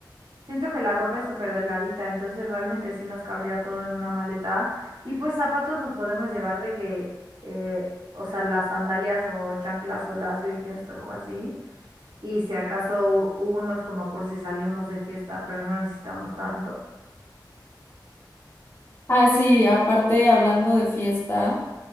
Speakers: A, on the right; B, on the left.
A: siento que la ropa es súper delgadita, entonces realmente sí nos cabría todo en una maleta. Y pues zapatos nos podemos llevar de que, eh, o sea, las sandalias o chanclas o las Birkenstock o así. Y si acaso u- unos como por si salimos de fiesta, pero no necesitamos tanto.
B: Ah, sí, aparte hablando de fiesta,